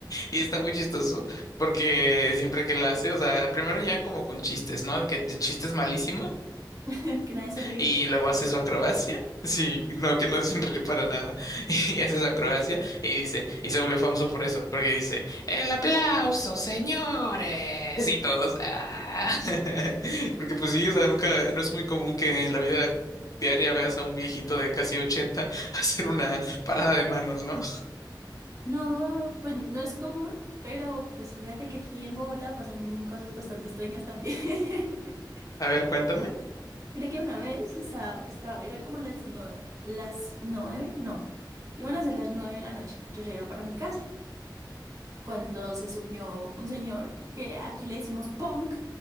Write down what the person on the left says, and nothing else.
Y está muy chistoso porque siempre que lo hace, o sea, primero ya como con chistes, ¿no? De que chistes malísimos
y luego hace su acrobacia. Sí, no, que no es sonreír para nada. <laughs> Y hace su acrobacia y dice, y se volvió famoso por eso, porque dice, el aplauso, señores, y todos. "Ah". <laughs> Porque pues sí, o sea, nunca, no es muy común que en la vida diaria veas a un viejito de casi 80 <laughs> hacer una parada de manos, ¿no?
A ver, cuéntame.